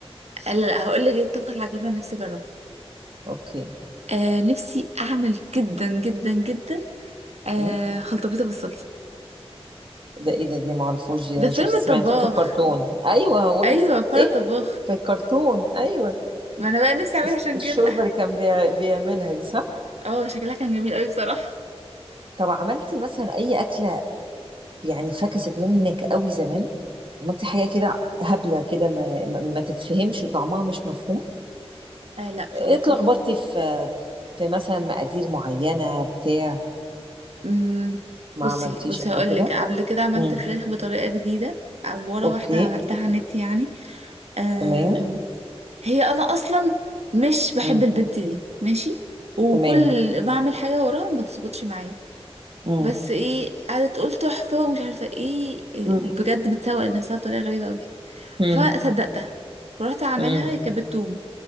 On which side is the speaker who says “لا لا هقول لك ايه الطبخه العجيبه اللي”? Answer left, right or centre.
Right